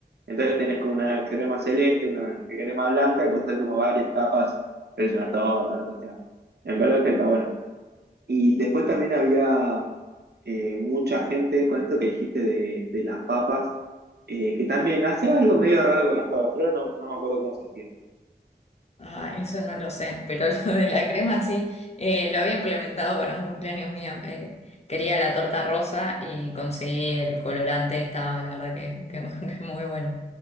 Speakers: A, on the right; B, on the left.
A: Entonces tenés como una crema celeste, una crema blanca y puedes hacer como varias capas, es una torta, lo que sea. Me parece que está bueno. Y después también había eh, mucha gente con esto que dijiste de, de las papas, eh, que también hacía algo medio raro con las papas, pero no, no me acuerdo cómo se hacía.
B: Ah, eso no lo sé, pero <laughs> lo de la crema sí, eh, lo había implementado para un cumpleaños mío. eh, quería la torta rosa y conseguí el colorante, estaba la verdad que, que <laughs> que muy bueno.